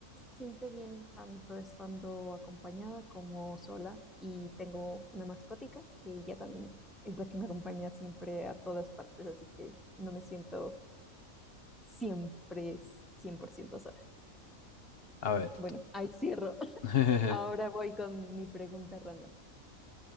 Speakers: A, in the centre; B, on the left.
A: siente bien tanto estando acompañada como sola y tengo una mascotica que ella también es la que me acompaña siempre a todas partes, así que no me siento siempre 100% sola.
B: a ver.
A: Bueno, ahí cierro. <laughs>
B: <laughs>
A: Ahora voy con mi pregunta random.